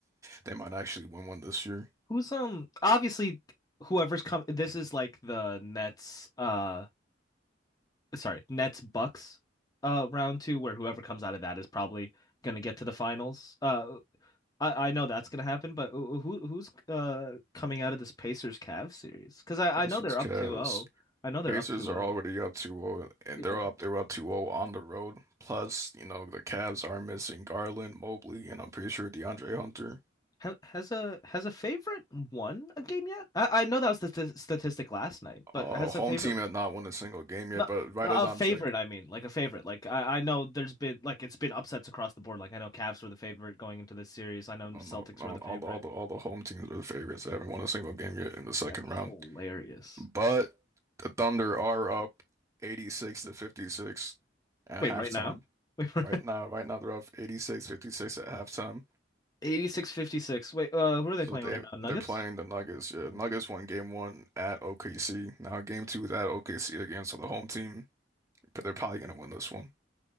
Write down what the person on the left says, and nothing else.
Who's um obviously whoever's come this is like the Nets uh sorry, Nets Bucks uh round two where whoever comes out of that is probably gonna get to the finals. Uh I, I know that's gonna happen, but who who- who's uh coming out of this Pacers Cavs series? 'Cause I,
I know they're
up two zero. I know they're
up two zero.
Yeah.
Ha has a has a favorite won a game yet? I, I know that was the st statistic last night, but
has
a favorite
No,
a
favorite,
I mean, like a favorite. Like I, I know there's been like it's been upsets across the board. Like I know Cavs were the favorite going into this series. I know Celtics
were the favorite.
That's
hilarious.
Wait,
right now? Wait, <laughs> right
now?
86 fifty-six. Wait, uh, who are they
playing
right now? Nuggets?
Yeah.